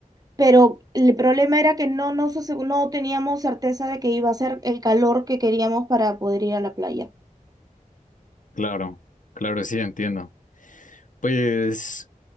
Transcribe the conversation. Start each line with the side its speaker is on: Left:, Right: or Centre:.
Right: pero el problema era que no, nos ase- no teníamos certeza de que iba a ser el calor que queríamos para poder ir a la playa.
Left: Claro, claro, sí, entiendo. Pues,